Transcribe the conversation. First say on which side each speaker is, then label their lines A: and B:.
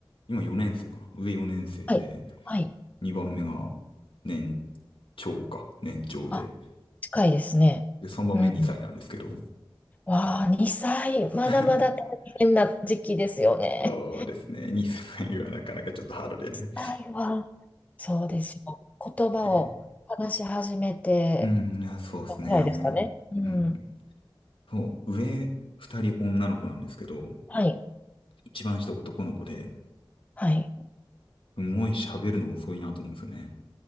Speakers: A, on the left (about 80°); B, on the left (about 15°).
A: 今4年生かな。上4年生で、
B: はい、はい。
A: 2番目が年長か。年長で。
B: あ、近いですね。
A: で、3番目2歳なんですけど。
B: うん。わあ、2歳、まだまだ大変な時期ですよね。
A: <laughs> そうですね。2歳はなかなかちょっとハードでね。
B: 2歳は、そうですよ。言葉を話し始めて
A: ねうん、いや、そうですね。
B: ぐらいですかね。うん。
A: うん。そう、上二人女の子なんですけど、
B: はい。
A: 一番下男の子で、
B: はい。
A: すごい喋るの遅いなと思うんですよね。